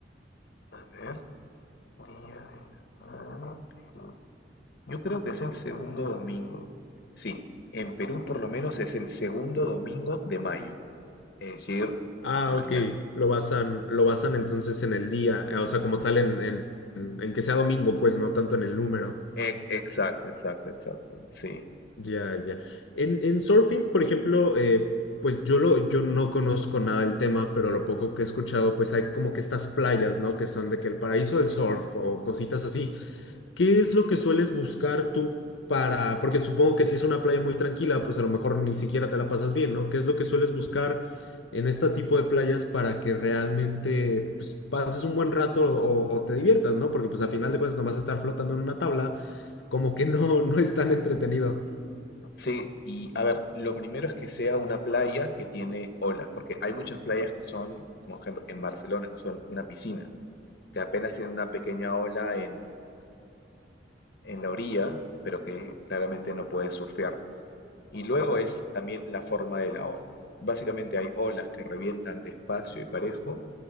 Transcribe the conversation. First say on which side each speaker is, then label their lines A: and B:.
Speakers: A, on the left; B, on the left.
A: a ver, Día de la Madre, Perú. Yo creo que es el segundo domingo. Sí, en Perú por lo menos es el segundo domingo de mayo. Es decir,
B: Ah,
A: mañana.
B: ok. Lo basan, lo basan entonces en el día, eh, o sea, como tal en, en, en que sea domingo, pues no tanto en el número.
A: E- exacto, exacto, exacto. Sí.
B: Ya, ya. En, en surfing, por ejemplo, eh, pues yo, lo, yo no conozco nada del tema, pero lo poco que he escuchado, pues hay como que estas playas, ¿no? Que son de que el paraíso del surf o cositas así. ¿Qué es lo que sueles buscar tú para, porque supongo que si es una playa muy tranquila, pues a lo mejor ni siquiera te la pasas bien, ¿no? ¿Qué es lo que sueles buscar en este tipo de playas para que realmente pues, pases un buen rato o, o te diviertas, ¿no? Porque pues a final de cuentas nomás estar flotando en una tabla como que no, no es tan entretenido.
A: Sí, y a ver, lo primero es que sea una playa que tiene olas, porque hay muchas playas que son, como ejemplo, en Barcelona, que son una piscina, que apenas tiene una pequeña ola en, en la orilla, pero que claramente no puedes surfear. Y luego es también la forma de la ola. Básicamente hay olas que revientan despacio y parejo